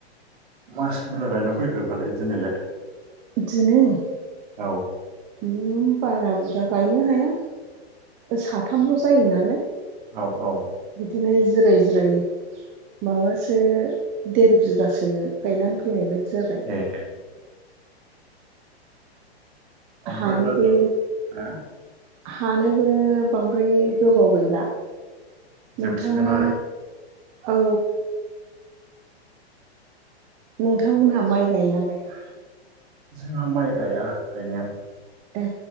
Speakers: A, on the right (about 50°); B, on the right (about 20°).
A: मासि बुरजा गायना फैखो फालाय दिनैलाय?
B: दिनै
A: औ
B: ओम बारा बुरजा गायनो हाया। साथामल' जायो नालाय।
A: औ औ
B: बिदिनो जिराय जिराय माबासो देर बिगासो गायनानै फैनाय बायदि जाबाय।
A: ए ओमफ्राय
B: हानोबो
A: दा जों हा
B: हानोबो बांद्राय गोबाव गैला। नोंथाङा
A: जोबसिगोन आरो
B: औ। नोंथांमोनहा माइ गायोना गाया?
A: जोंहा माइ गाया गायनाया।
B: ए